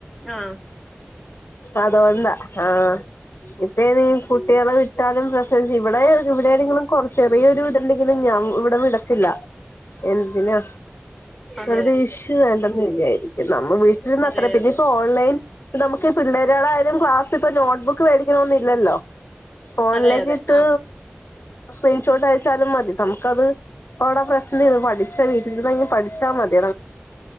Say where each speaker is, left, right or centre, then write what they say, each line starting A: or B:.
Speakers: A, in the centre; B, on the left.
A: ആ
B: അതുകൊണ്ടാ ആ ഇപ്പോ ഇനി കുട്ടികളെ വിട്ടാലും പ്രെശനവാ ഇവിടെ ഇവിടെ ഏതെങ്കിലും കുറച്ച് ചെറിയൊരു ഇതുണ്ടെങ്കിലും ഞാ ൻ ഇവിടെ വിടത്തില്ല എ അതിന്
A: അതെ
B: പ്രതീക്ഷ വേണ്ടെന്ന് വിചാരിക്കുന്നു നമ്മൾ വീട്ടിലിരുന്ന്
A: അതെ
B: അത്ര പിന്നെ
A: അതെ
B: ഇപ്പോ ഓൺലൈൻ നമുക്ക് ഈ പിള്ളാരോടായാലും ക്ലാസ് ഇപ്പൊ നോട്ട് ബുക്ക് മേടിക്കണോന്ന് ഇല്ലല്ലോ ഫോണിലേക്ക്
A: അതെ അതെ
B: ഇട്ട്
A: ആഹ്
B: സ്ക്രീൻഷോട്ട് അയച്ചാലും മതി നമുക്കത് അപ്പോ അവിടെ പ്രശ്നമില്ല പഠിച്ച വീട്ടിലിരുന്നാണേലും പഠിച്ചാ മതി